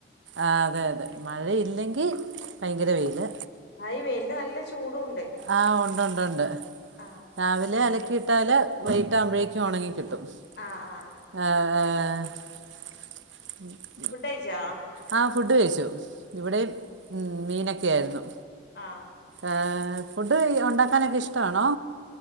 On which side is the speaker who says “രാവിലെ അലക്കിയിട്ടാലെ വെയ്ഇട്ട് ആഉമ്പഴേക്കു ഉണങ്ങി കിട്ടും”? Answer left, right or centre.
Right